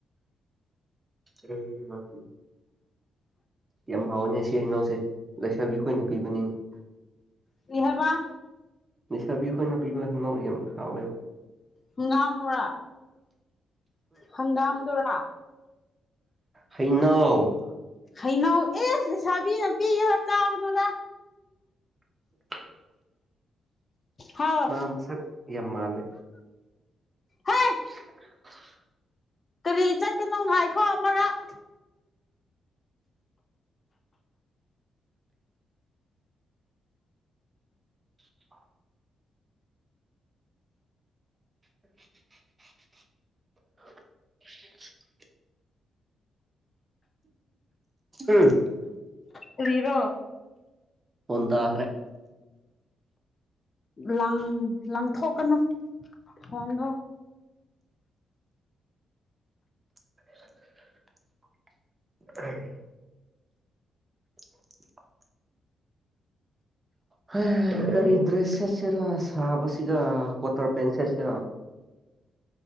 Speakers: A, on the right; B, on the left.
A: ꯎ ꯌꯥꯝ ꯍꯥꯎꯋꯅꯦ ꯁꯤ ꯍꯩꯅꯎꯁꯦ ꯂꯩꯁꯥꯕꯤ ꯑꯩꯈꯣꯏꯅ ꯄꯤꯕꯅꯤꯅ
B: ꯀꯔꯤ ꯍꯥꯏꯕ꯫
A: ꯅꯤꯁꯥꯕꯤꯈꯣꯏꯅ ꯄꯤꯕ ꯀꯩꯅꯣ ꯌꯥꯝ ꯍꯥꯎꯋꯦꯕ꯫
B: ꯅꯨꯒꯥꯝꯣꯔꯥ ꯍꯪꯒꯥꯝꯗꯨꯔꯥ꯫
A: ꯍꯩꯅꯧ꯫
B: ꯍꯩꯅꯧ ꯑꯦꯁ ꯂꯩꯁꯥꯕꯤꯅ ꯄꯤꯒ ꯆꯥꯒꯅꯣꯗ꯫
A: <inaudible>
B: ꯍꯥꯎ꯫
A: ꯃꯥ ꯃꯁꯛ ꯌꯥꯝ ꯃꯥꯜꯂꯦ
B: ꯍꯦ
A: <unintelligible>
B: ꯀꯔꯤ ꯆꯠꯀꯅꯣ ꯉꯥꯏꯈꯣ ꯑꯃꯔꯥꯛ
A: <inaudible> <inaudible> ꯎꯝ
B: ꯀꯔꯤꯔꯣ
A: ꯐꯣꯟꯍ ꯇꯈ꯭ꯔꯦ꯫
B: ꯂꯪ ꯂꯪꯊꯣꯛꯀꯅꯨ ꯐꯣꯟꯗꯣ꯫
A: <unintelligible> <unintelligible> ꯍ ꯀꯔꯤ ꯗ꯭ꯔꯦꯁ ꯁꯦꯠꯁꯤꯔ ꯁꯥꯕꯁꯤꯒ ꯀ꯭ꯣꯇꯔ ꯄꯦꯟ ꯁꯦꯠꯁꯤꯔꯣ꯫